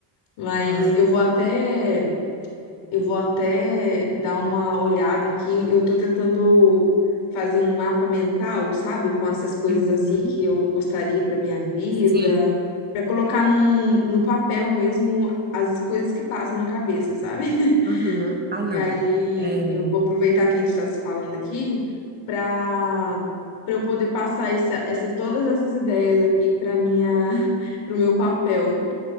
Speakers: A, on the left; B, on the right.
A: Mas
B: Ai,
A: eu vou até eu vou até dar uma olhada aqui. Eu tô tentando fazer um mapa mental, sabe? Com essas coisas
B: uhum,
A: assim que eu gostaria para minha vida,
B: sim.
A: para colocar num, no papel mesmo as coisas que passam na cabeça, sabe? <laughs>
B: Aham. Ah, não.
A: E aí
B: É,
A: eu vou aproveitar que a gente está se falando aqui para para eu poder passar esse, essas todas essas ideias aqui para minha <laughs> para o meu papel.